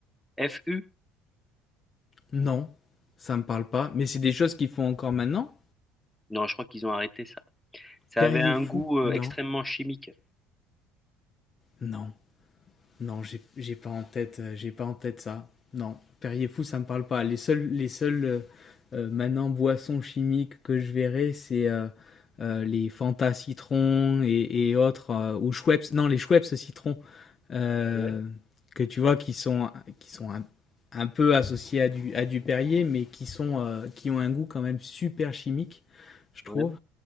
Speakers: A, in the centre; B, on the left.
A: F U
B: Non, ça me parle pas, mais c'est des choses qu'ils font encore maintenant?
A: Non, je crois qu'ils ont arrêté ça. Ça
B: Perrier
A: avait un
B: Fou?
A: goût euh,
B: Non,
A: extrêmement chimique.
B: non. Non, j'ai j'ai pas en tête, euh, j'ai pas en tête ça. Non, Perrier Fou, ça me parle pas. Les seuls, les seuls euh, euh, maintenant boissons chimiques que je verrai, c'est euh, euh, les Fanta citron et, et autres, euh, ou Schweppes, non, les Schweppes citron, euh,
A: Ouais,
B: que tu vois qui sont, qui sont un, un peu associés à du, à du Perrier, mais qui, sont, euh, qui ont un goût quand même super chimique, je
A: ouais.
B: trouve